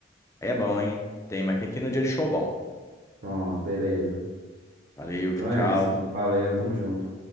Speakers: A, on the left; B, on the right.
A: Aí é bom, hein? Tem, mas tem que ir no dia de show bom.
B: Pronto, beleza.
A: Valeu,
B: Então
A: tchau, tchau.
B: é isso, valeu, tamo junto.